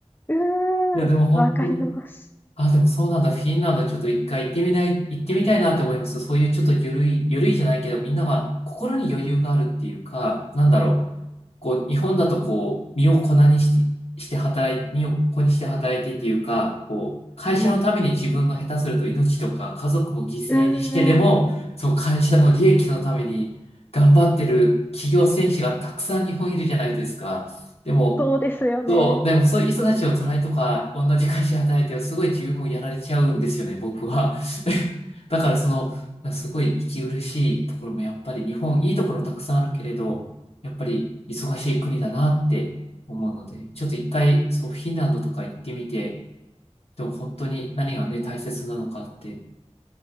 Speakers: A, on the left; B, on the left.
A: うーん、
B: いや、でも本当に、
A: わかります。
B: あ、でもそうなんだ。フィンランドちょっと一回行ってみない、行ってみたいなって思います。そういうちょっと緩い、緩いじゃないけど、みんなが心に余裕があるっていうか、
A: うん
B: なんだろう。こう、日本だとこう、身を粉にして、して働い、身を粉にして働いてっていうか、こう、会社のために自分の下手すると命とか家族も犠牲にしてでも、
A: はい。うーん、
B: その会社の利益のために頑張ってる企業戦士がたくさん日本いるじゃないですか。でも、
A: そうですよね。
B: そう、でもそういう人たちを隣とか同じ会社で働いてるとすごい自分もやられちゃうんですよね、僕は。<laughs> だからその、すごい息苦しいところもやっぱり日本いいところたくさんあるけれど、やっぱり忙しい国だなって思うので、ちょっと一回そうフィンランドとか行ってみて、ちょ本当に何がね大切なのかって、